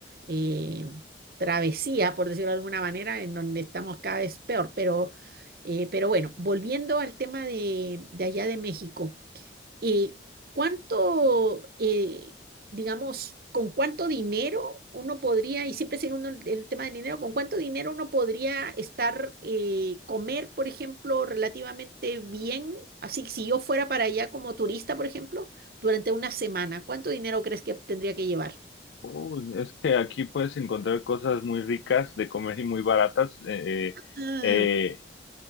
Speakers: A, on the right; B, on the left.
A: eh, travesía, por decirlo de alguna manera, en donde estamos cada vez peor, pero, eh, pero bueno, volviendo al tema de, de allá de México eh, ¿cuánto, eh, digamos, con cuánto dinero uno podría, y siempre sigue uno el el tema del dinero, con cuánto dinero uno podría estar, eh, comer, por ejemplo, relativamente bien? Así, que si yo fuera para allá como turista, por ejemplo, durante una semana, ¿cuánto dinero crees que tendría que llevar?
B: Uy, es que aquí puedes encontrar cosas muy ricas de comer y muy baratas. eh,
A: Ah,
B: eh,